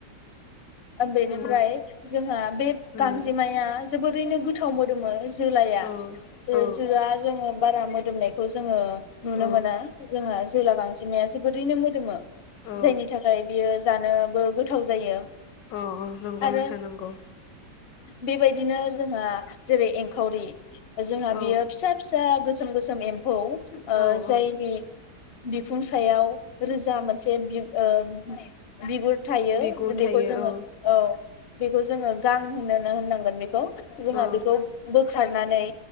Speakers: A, on the left; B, on the left.
A: बेनिफ्राय
B: नंगौ
A: जोंहा बे
B: उम
A: गांजेमाया जोबोरैनो गो थाव मोदोमो जोलाआ।
B: औ
A: ओ
B: औ
A: जोआ जोङो बारा मोदोमनायखौ जोङो नुनो
B: औ
A: मोना जोंहा जोला गांजेमाया जोबोरैनो मोदोमो
B: औ
A: जायनि थाखाय बियो जानोबो गोथाव जायो।
B: अ नंगौ
A: आरो
B: नोंथां नंगौ।
A: बेबायदिनो जोंहा जेरै एंखावरि जोंहा
B: औ
A: बियो फिसा फिसा गोसोम गोसोम एम्फौ ओ
B: औ
A: जायनि
B: औ
A: बिखुं सायाव रोजा मोनसे बि ओ बिगुर। थायो
B: बिगुर थायो
A: बेखौ जोङो
B: औ।
A: औ बेखौ जोङो गां होनोनो होननांगोन बेखौ <unintelligible> जोंहा
B: औ
A: बेखौ खारनानै